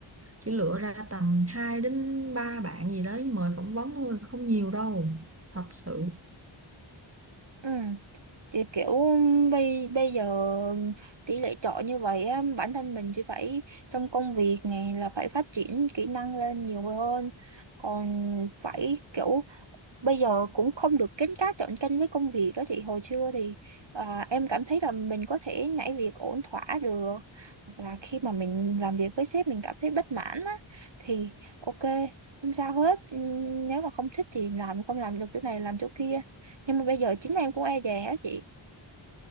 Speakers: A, on the right; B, on the right.
A: chỉ lựa ra tầm 2 đến 3 bạn gì đấy mời phỏng vấn thôi, không nhiều đâu. Thật sự.
B: ừ thì kiểu bây bây giờ tỷ lệ chọi như vậy á, bản thân mình chỉ phải trong công việc này là phải phát triển kỹ năng lên nhiều hơn còn phải kiểu bây giờ cũng không được kín cá chọn canh với công việc á thì hồi xưa thì à, em cảm thấy là mình có thể nhảy việc ổn thỏa được hoặc là khi mà mình làm việc với sếp mình cảm thấy bất mãn á thì ok không sao hết Ừ, nếu mà không thích thì làm không làm được chỗ này làm chỗ kia nhưng mà bây giờ chính em cũng e dè á chị